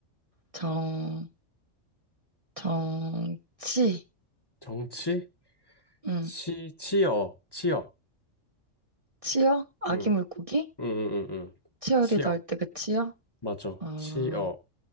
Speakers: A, on the right; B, on the left.
A: 정, 정치,
B: 정치,
A: 음,
B: 치, 치어, 치어.
A: 치어? 아기
B: 음.
A: 물고기?
B: 응응응응.
A: 치어리더
B: 치어.
A: 할 때 그 치어?
B: 맞아.
A: 어,
B: 치어.